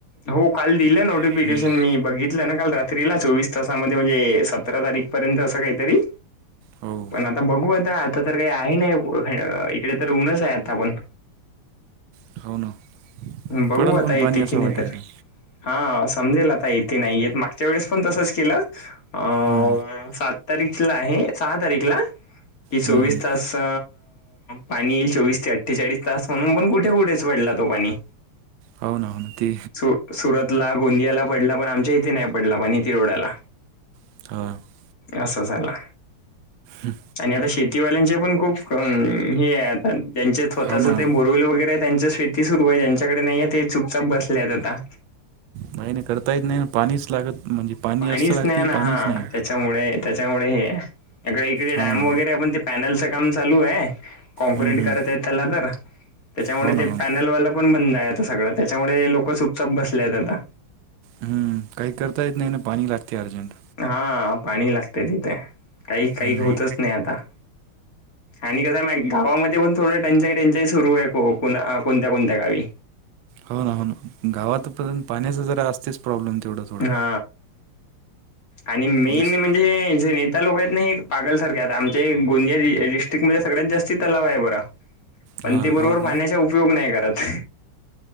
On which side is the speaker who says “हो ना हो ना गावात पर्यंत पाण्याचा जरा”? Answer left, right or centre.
Right